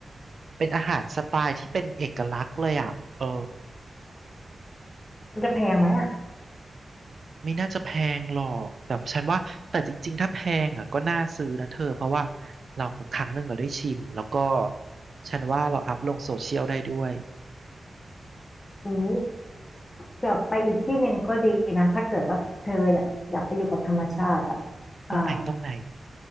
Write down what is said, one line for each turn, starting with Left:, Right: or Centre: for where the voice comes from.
Right: เป็นอาหารสไตล์ที่เป็นเอกลักษณ์เลยอ่ะเออ
Left: มันจะแพงไหมอะ
Right: ไม่น่าจะแพงหรอก แต่ฉันว่าแต่จริงๆถ้าแพงอ่ะก็น่าซื้อนะเธอเพราะว่าเราครั้งหนึ่งเราได้ชิมแล้วก็ฉันว่าเราอัพลงโซเชียลได้ด้วย
Left: หรือแบบไปอีกที่หนึ่งก็ดีนะถ้าเกิดว่าเธออยากอยากไปอยู่กับธรรมชาติอะ
Right: ตรงไหนตรงไหน
Left: อ่า